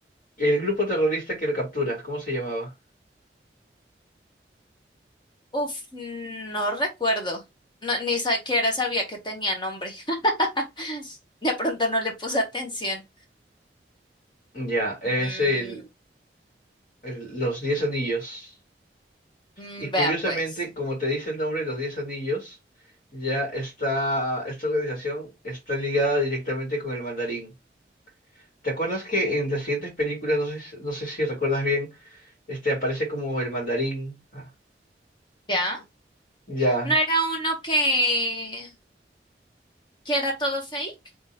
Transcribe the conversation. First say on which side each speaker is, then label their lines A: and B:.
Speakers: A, on the left; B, on the left.
A: El grupo terrorista que lo captura, ¿cómo se llamaba?
B: Uf, no recuerdo. No, ni siquiera sabía que tenía nombre. <laughs> De pronto no le puse atención.
A: Ya, es
B: Mm,
A: el, el- los Diez Anillos.
B: mm,
A: Y curiosamente,
B: vea pues.
A: como te dice el nombre, los Diez Anillos, ya está, esta organización está ligada directamente con el mandarín. ¿Te acuerdas que en las siguientes películas, no sé, si- no sé si recuerdas bien, este aparece como el mandarín? Ah,
B: ¿Ya?
A: ya,
B: ¿No era uno que, que era todo fake?